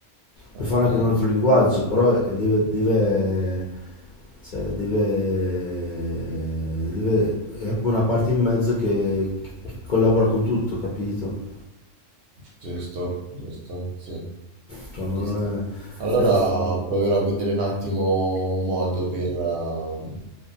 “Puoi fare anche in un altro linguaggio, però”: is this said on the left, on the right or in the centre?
Left